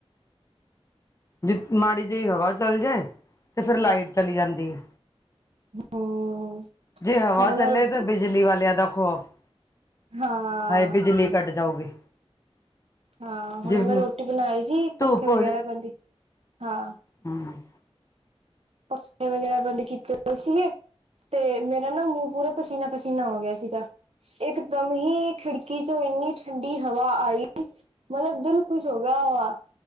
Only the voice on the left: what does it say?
ਜੇ ਮਾੜੀ ਜਈ ਹਵਾ ਚੱਲ ਜਾਏ ਤੇ ਫੇਰ ਲਾਈਟ ਚਲੀ ਜਾਂਦੀ ਏ
ਜੇ ਹਵਾ
ਚੱਲੇ
ਤਾਂ ਬੀਜਲੀ ਵਾਲੇਆਂ ਦਾ ਖੋਫ
ਹਏ ਬੀਜਲੀ ਕੱਟ ਜਾਊਗੀ।
ਜੇ
ਧੂਪ
ਹੂੰ।